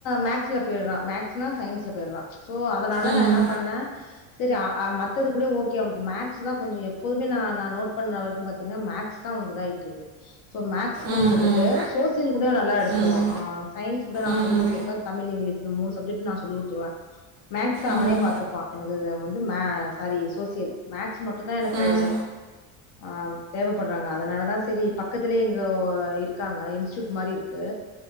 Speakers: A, on the left; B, on the right.
A: மேக்ஸ்ல போயிடறா மேக்ஸ்னா சயின்ஸ்ல போயிடறா சோ அதனால
B: ம்
A: நா என்னாப் பண்ணே செரி அ அ மத்தது கூட ஓகே அவனுக்கு மேக்ஸ் தா கொஞ்ச எப்போதுமே நா நா நோட் பண்ணற வரைக்கு பாத்தீங்கன்னா மேக்ஸ் தா அவனுக்கு இதாயிட்டு இருக்கு சோ மேக்ஸ்க்கு
B: ம்
A: போட்டுட்டு
B: ம்
A: சோசியல் கூட நல்லா எடுத்துருவோ
B: ம்
A: ஆ சயின்ஸ் கூட நா
B: ம்
A: சொல்லிக் குடுத்திருப்பே தமிழ் இங்கிலீஷ் இந்த மூணு சப்ஜெக்ட் நா சொல்லி குடுத்துருவே மேக்ஸ் அவனே
B: ம் ம்
A: பாத்துப்பா எனக்கு வந்து மே சாரி சோசியல் மேக்ஸ் மட்டும்தா எனக்கு
B: ம்
A: ஆ தேவைப்படுறாங்க அதனால தா செரி பக்கத்திலயே இங்க இருக்காங்க இன்ஸ்டூட் மாரி இருக் க்கு